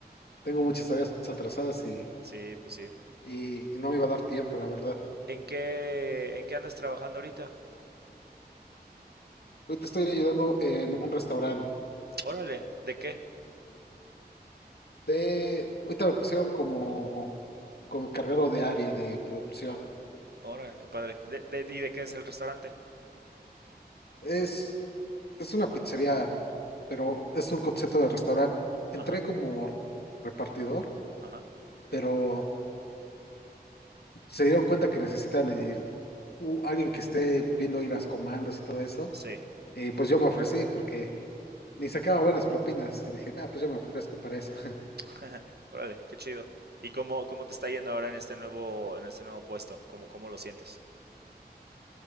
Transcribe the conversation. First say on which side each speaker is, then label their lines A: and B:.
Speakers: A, on the left; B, on the right.
A: tengo muchas tareas atrasadas y,
B: Sí, pues sí.
A: y, y no me iba a dar tiempo, la verdad.
B: ¿En qué, en qué andas trabajando ahorita?
A: Ahorita estoy ayudando en un restaurante.
B: Órale, ¿de qué?
A: De, ahorita me pusieron como, como cargado de área de producción.
B: Órale, qué padre. ¿De, de- y de qué es el restaurante?
A: Es es una pizzería, pero es un concepto de restaurante. Entré
B: Ajá,
A: como repartidor,
B: ajá.
A: pero se dieron cuenta que necesitan el- u- alguien que esté viendo ir las comandas y todo eso.
B: Sí.
A: Y pues yo me ofrecí porque ni sacaba buenas propinas. Y dije, nada, pues yo me ofrezco para eso. <laughs>
B: <laughs> Órale, qué chido. ¿Y cómo, cómo te está yendo ahora en este nuevo, en este nuevo puesto? ¿Cómo, cómo lo sientes?